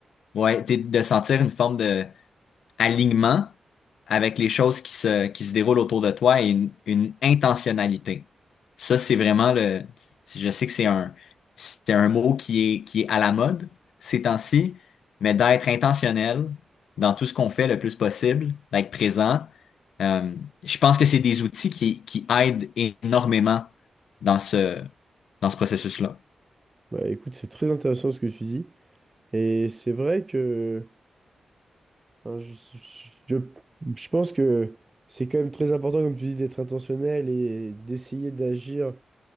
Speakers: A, on the left (about 85°); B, on the right (about 20°).
A: ouais, de de sentir une forme de alignement avec les choses qui se, qui se déroulent autour de toi et une, une intentionnalité. Ça, c'est vraiment le, je sais que c'est un, c'est un mot qui est, qui est à la mode ces temps-ci, mais d'être intentionnel dans tout ce qu'on fait le plus possible, d'être présent, euh, je pense que c'est des outils qui, qui aident énormément dans ce, dans ce processus-là.
B: Ouais, Bah, écoute, c'est très intéressant ce que tu dis. Et c'est vrai que. Hein, je, je, je pense que c'est quand même très important, comme tu dis, d'être intentionnel et d'essayer d'agir